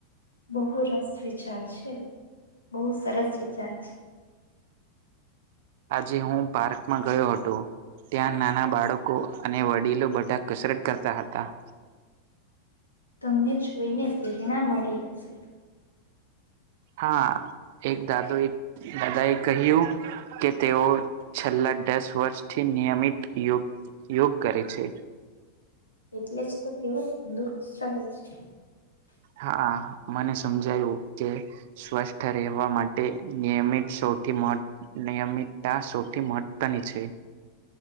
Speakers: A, on the left; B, on the right.
A: બહુ રસ વિચાર છે બહુ સરસ વિચાર છે
B: આજે હું પાર્કમાં ગયો હતો ત્યાં નાના બાળકો અને વડીલો બધા કસરત કરતા હતા
A: તમને જોઈને પ્રેરણા મળી હશે
B: હા એક દાદો એક દાદા એ કહ્યું કે તેઓ છેલ્લા દસ વર્ષ થી નિયમિત ગ યોગ કરે છે
A: એટલે જ તો તેઓ જ તંદુરસ્ત રહે છે
B: હા મને સમજાયું કે સ્વસ્થ રહેવા માટે નિયમિત સૌથી નિયમિતતા સૌથી મહત્વની છે